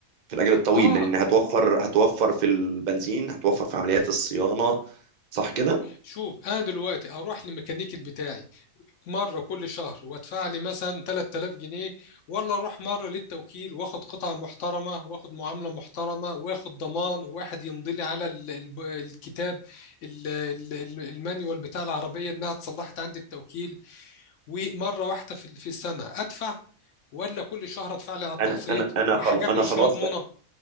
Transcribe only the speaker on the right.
في الاجل الطويل
لان هتوفر هتوفر في البنزين هتوفر في عمليات الصيانه صح كده
انا انا انا
خلاص انا
خلاص
بقى